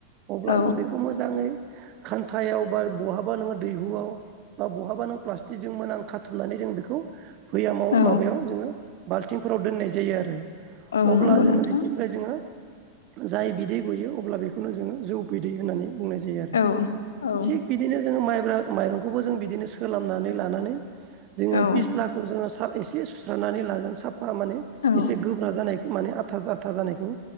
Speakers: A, on the right; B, on the left.
A: अब्ला
B: औ
A: नों बेखौ मोजाङै खान्थायाव बा बहाबा नोङो दैहुआव बा बहाबा नों प्लास्टिकजों मोनां खाथुमनानै जों बेखौ फैयामाव
B: औ
A: माबायाव जोङो बाल्थिंफोराव दोननाय जायो आरो
B: औ
A: अब्ला
B: नंगौ
A: जोङो
B: नोंथां
A: बिनिफ्राय जोङो जाय बिदै गयो अब्ला बेखौनो जोङो जौ बिदै होननानै बुंनाय जायो आरो
B: औ औ
A: थिग बिदिनो जोङो माइब्रा माइरंखौबो जों बिदिनो सोलानानै लानानै जोङो
B: औ
A: फिस्लाखौ जोङो एसे सुस्रनानै लागोन साफा माने
B: औ
A: एसे गोब्रा जानायखौ माने आथा जथा जानायखौ